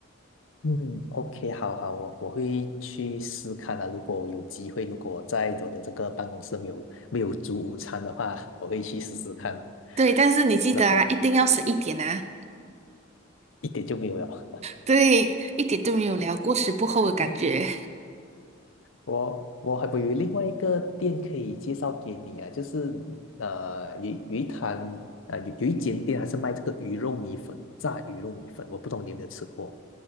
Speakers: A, on the left; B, on the right.
A: 嗯，OK，好好，我我会去试看啊。如果有机会，如果在我的这个办公室没有没有煮午餐的话，我会去试试看。
B: 对，但是你记得啊，
A: 然后
B: 一定要省一点啊。
A: 一点就没有了。
B: 对，一点都没有聊过时不候的感觉。
A: <laughs> 我我还我有另外一个店可以介绍给你啊，就是呃有有一摊啊、有有一间店还是卖这个鱼肉米粉的，炸鱼肉米粉，我不懂你有没有吃过？